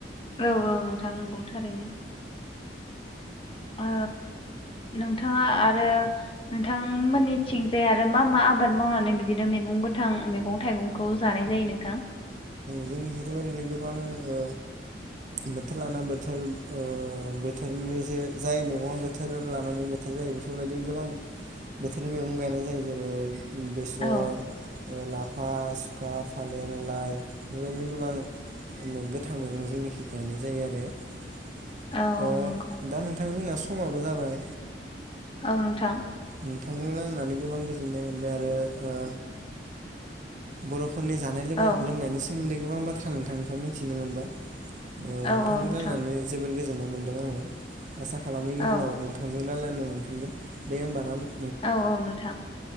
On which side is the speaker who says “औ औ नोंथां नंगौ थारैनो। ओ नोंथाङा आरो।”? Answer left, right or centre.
Left